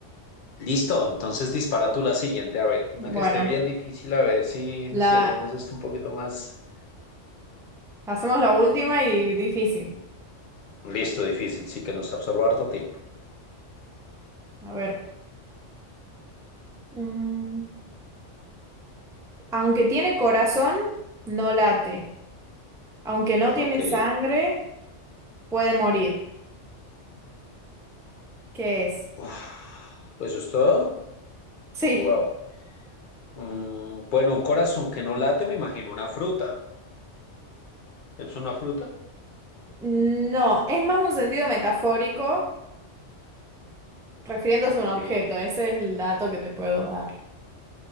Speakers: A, on the left (about 50°); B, in the centre.
A: Listo, entonces dispara tú la siguiente, a ver, una
B: Bueno,
A: que esté bien difícil, a ver si,
B: la
A: si hacemos esto un poquito más...
B: hacemos la última y difícil.
A: Listo, difícil, sí que nos absorba harto tiempo.
B: A ver. Mm, Aunque tiene corazón, no late. Aunque no tiene
A: Ok.
B: sangre, puede morir. ¿Qué es?
A: Uf, ¿Eso es todo?
B: Sí.
A: Wow. Mm, bueno, un corazón que no late, me imagino una fruta. ¿Es una fruta?
B: No, es más un sentido metafórico refiriéndose
A: Ok.
B: a un objeto. Ese es el dato que te puedo dar.